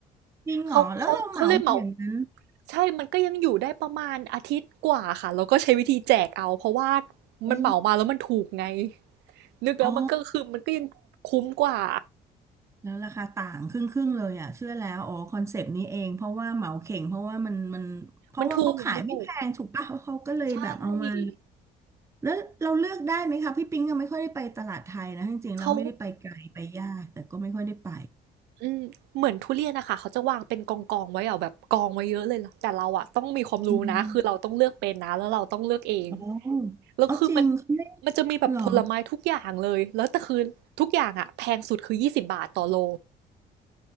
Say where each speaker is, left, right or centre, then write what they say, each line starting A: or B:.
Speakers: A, on the right; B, on the right.
A: จริงเหรอแล้วเราเหมามาอย่างนั้น
B: เขาเขาเขาเลยเหมาใช่มันก็ยังอยู่ได้ประมาณอาทิตย์กว่าค่ะแล้วก็ใช้วิธีแจกเอาเพราะว่า
A: โอ้
B: มันเหมามาแล้วมันถูกไงนึกแล้วมันก็คือมันก็ยังคุ้มกว่า
A: อ๋อแล้วราคาต่างครึ่งครึ่งเลยอ่ะเชื่อแล้วอ๋อคอนเซปต์นี้เองเพราะว่าเหมาเข่งเพราะว่ามันมันเพราะว่าเขาขายไม่แพงถูกป่ะเขาก็เลยแบบเอามา
B: มันถูกมันถูกใช่
A: แล้วเราเลือกได้ไหมคะพี่ปิ๊งก็ไม่ค่อยได้ไปตลาดไทยนะจริงๆเราไม่ได้ไปไกลไปยากแต่ก็ไม่ค่อยได้ไป
B: เขา อืมเหมือนทุเรียนนะค่ะเขาจะวางเป็นกองๆไว้อะแบบกองไว้เยอะเลยล่ะแต่เราอะต้องมีความรู้นะคือเราต้องเลือกเป็นนะแล้วเราต้องเลือกเอง
A: อืมอ๋อ
B: แล้วคือมัน
A: อ๋อจริงเขาไม่
B: มันจะมีแบบผลไม้ทุกอย่างเลยแล้วแต่คือทุกอย่างอะแพงสุดคือ20บบาทต่อโล
A: หรอ